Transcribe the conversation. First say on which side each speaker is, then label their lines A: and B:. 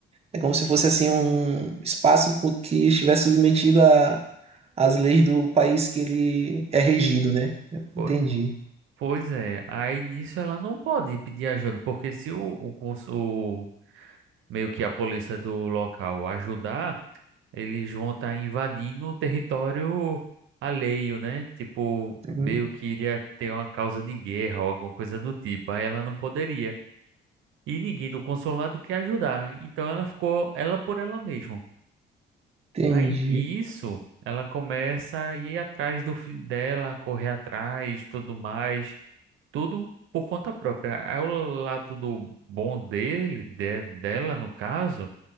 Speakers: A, on the right; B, on the right.
A: é como se fosse assim um espaço co- que estivesse submetido a- às leis do país que ele é regido, né?
B: Pois
A: Entendi.
B: Pois é, aí nisso ela não pode pedir ajuda, porque se o, o, cons- o- meio que a polícia do local ajudar, eles vão estar invadindo o território alheio, né? Tipo,
A: Hum,
B: meio que iria ter uma causa de guerra ou alguma coisa do tipo. Aí ela não poderia. E ninguém do consulado quer ajudar. Então ela ficou ela por ela mesma.
A: Entendi.
B: Aí nisso, ela começa a ir atrás do filho dela, correr atrás, tudo mais tudo por conta própria. Aí o lado do bom dele, de- dela no caso,